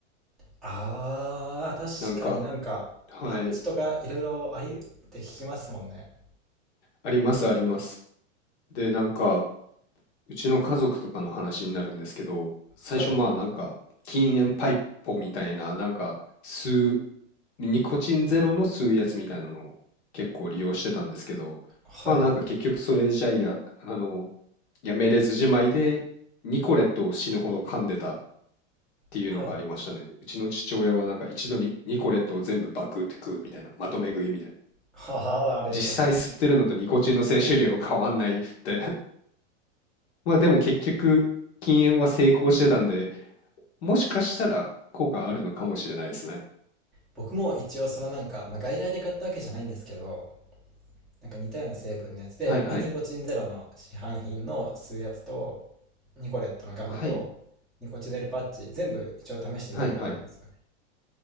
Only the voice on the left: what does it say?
なんか、
はい。
ありますあります。で、なんかうちの家族とかの話になるんですけど、最初まあなんか禁煙パイポみたいな、
なんか吸う、ニコチンゼロの吸うやつみたいなのを結構利用してたんですけど、
まあなんか結局それじゃや、あの、やめれずじまいでニコレットを死ぬほど噛んでたっていうのがありましたね。
うちの父親はなんか一度にニコレットを全部バクって食うみたいな、まとめ食いみたいな。
実際吸ってるのとニコチンの摂取量変わんないみたいな
まあ、でも結局、禁煙は成功してたんで、もしかしたら効果あるのかもしれないですね。
はいはい。
はい
はいはい。